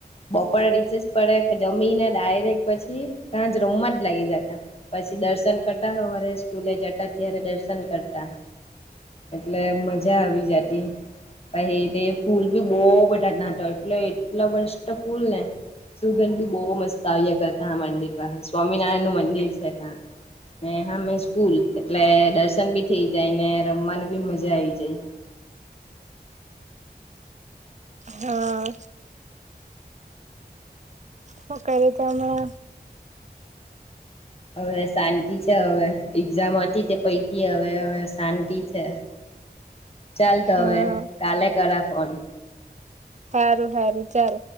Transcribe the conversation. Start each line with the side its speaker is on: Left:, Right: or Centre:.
Left: બપોરે રીસેસ પડે જમીને ડાયરેક પછી ત્યાં જ રમ જ લાગી જતા પછી પછી દર્શન કરતા હોવારે સ્કૂલે જતા ત્યારે દર્શન કરતા એટલે મજા આવી જાતી પછ ફૂલ બી બહ બધા નાતો એટલે એટલા બષ ફૂલ ને સુગંધ બી બહુ મસ્ત આવ્યા કરતા મંદિર પાસે સ્વામિનારાયણ નું મંદિર છે ત હા મે સ્કૂલ એટલે દર્શન બી થઈ જાય ને રમવાની બી મજા આવી જાય.
Right: હા શું કરે તો હમણા?
Left: હવે શાંતિ છે. હવે એક્ઝામ હતી તે પતી, હવે હવે શાંતિ છે. ચાલ, તો
Right: હા
Left: હવે કાલે કરા ફોન.
Right: સારું, સારું, ચાલ.